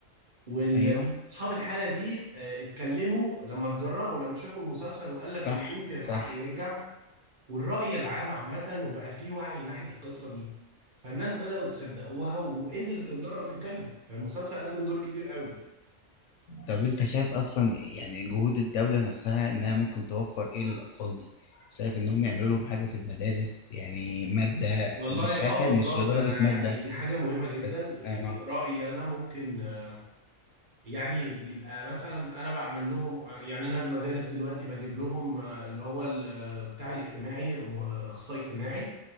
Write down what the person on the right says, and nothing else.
وال
اصحاب الحاله دي آه، اتكلموا لما اتجرأوا لما شافوا المسلسل وقال
لك ان ممكن الحق
يرجع والرأي العام عامة وبقى فيه وعي ناحية القصة دي فالناس بدأوا تصدقوها وقدرت تتجرأ وتتكلم فالمسلسل قدم دور كبير قوي
والله
اه بالظبط
انا
يعني دي حاجة مهمة جدا
يعني
رأيي انا ممكن آه، يعني يبقى مثلا انا بعمل لهم يعني انا المدارس دلوقتي بجيب لهم آه، اللي هو ال- آه، بتاع الاجتماعي مه- اخصائي اجتماعي